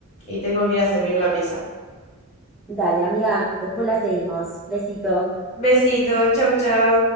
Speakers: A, on the left; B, in the centre.
A: y tengo que ir a servir la mesa.
B: Dale, amiga, después la seguimos. Besito.
A: Besito, chau, chau.